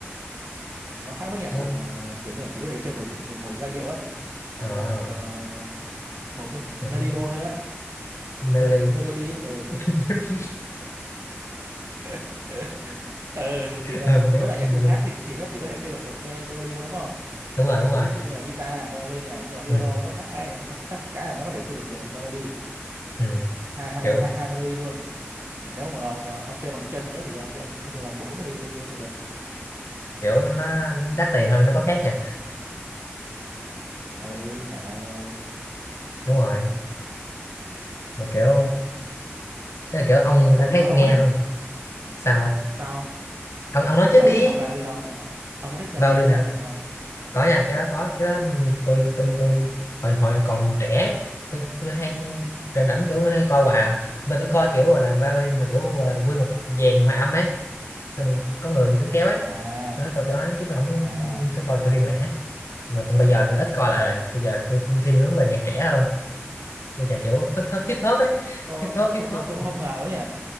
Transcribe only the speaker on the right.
nó khác với nhạc
cụ mà kiểu như là chỉ có thể chơi một được một giai điệu ấy
kiểu như là một ờ, một me-
melody thôi á
me, melody ấy, ừ
<laughs> ừ thì nó,
với
lại
nhạc cụ khác thì thì nó chỉ có thể chơi được một me, melody thôi đúng không
ví dụ như là guitar violin này nhưng mà piano
nó khác cái khác, khác cái là nó có thể chơi được nhiều melody
hai hai
hai, hai melody luôn nếu mà ông, ông chơi bằng chân nữa thì ông chơi, ông chơi bằng bốn melody luôn luôn còn được
ừ trời ơi
ủa
nhưng
mà ông
có thích
sao không?
ông
có thích học violin không ông có thích
nghe
tiếng
violin không
ừ.
à
à
tôi
tôi
tôi cũng không ngờ đó nhỉ